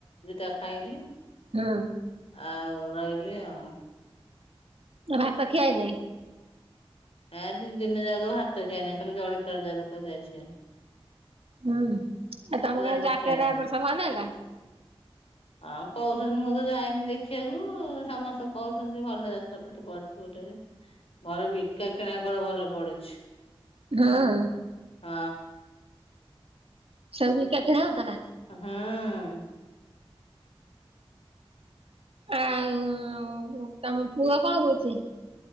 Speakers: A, on the left (about 80°); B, on the right (about 75°).
A: ତା ଖାଇଲି।
B: ହୁଁ।
A: ଆଉ ରହିଲି ଆଉ
B: ଭାତ ଖିଆହେଇନି?
A: ଆ ଦି ଦିନ ଯାକ ଭାତ ଖିଆ ହେଇନି ଖାଲି ଜଳି <unintelligible>
B: ହୁଁ, ଆ ତମଗଁଆରେ
A: ଜମା
B: ଯାତରା
A: ଖିଆଇନି।
B: ଭଲ ହେଲା?
A: ହଁ କହୁଛନ୍ତି ମୁଁ ତ ଯାଇନି ଦେଖିବାକୁ ସମସ୍ତେ କହୁଛନ୍ତି ଭଲ ଯାତ୍ରା ଏ ପଢଛି ଗୋଟେ ମୋର ବିକା କିଣା କଡେ ଭଲ ପଡୁଛି।
B: ହଁ।
A: ହଁ।
B: ସବୁ ବିକା କିଣା ହଉଥିଲା?
A: ହଁ।
B: ଆଉ ତମ ପୁଅ କଣ କରୁଛି?